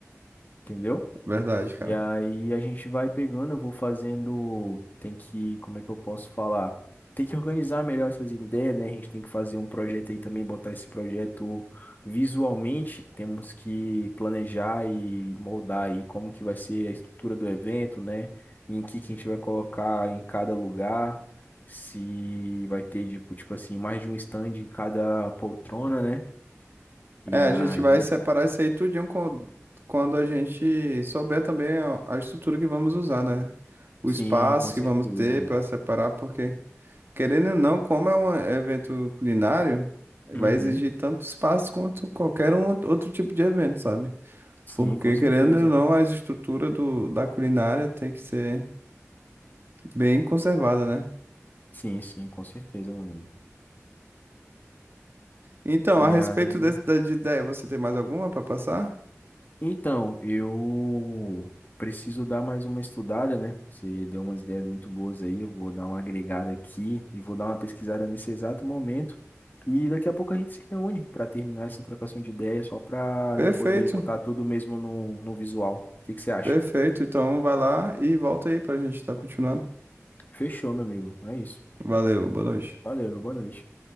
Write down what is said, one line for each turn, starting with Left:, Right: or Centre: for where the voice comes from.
Left: entendeu?
Right: Verdade, cara.
Left: E aí a gente vai pegando, eu vou fazendo, tem que, como é que eu posso falar? Tem que organizar melhor essas ideias, né? A gente tem que fazer um projeto aí também, botar esse projeto visualmente. Temos que planejar e moldar aí como que vai ser a estrutura do evento, né? Em que que a gente vai colocar em cada lugar, se vai ter tipo, tipo assim, mais de um stand em cada poltrona, né? E
Right: É,
Left: aí,
Right: a gente vai separar isso aí tudinho com- quando a gente souber também a a estrutura que vamos usar, né? O
Left: sim,
Right: espaço
Left: com certeza.
Right: que vamos ter para separar, porque, querendo ou não, como é um evento culinário, vai
Left: Uhum.
Right: exigir tanto espaço quanto qualquer um outro tipo de evento, sabe?
Left: Sim,
Right: Porque,
Left: com certeza.
Right: querendo ou não, a estrutura do, da culinária tem que ser bem conservada, né?
Left: Sim, sim, com certeza, meu amigo.
Right: Então,
Left: E
Right: a respeito
Left: aí,
Right: desse, da de ideia, você tem mais alguma para passar?
Left: então, eu preciso dar mais uma estudada, né? Você deu umas ideias muito boas aí, eu vou dar uma agregada aqui e vou dar uma pesquisada nesse exato momento. E daqui a pouco a gente se reúne para terminar essa trocação de ideias, só para
Right: Perfeito.
Left: eu poder botar tudo mesmo no, no visual. O que que você acha?
Right: Perfeito, então vai lá e volta aí pra gente estar continuando.
Left: Fechou, meu amigo. É isso.
Right: Valeu, boa noite.
Left: Valeu, boa noite.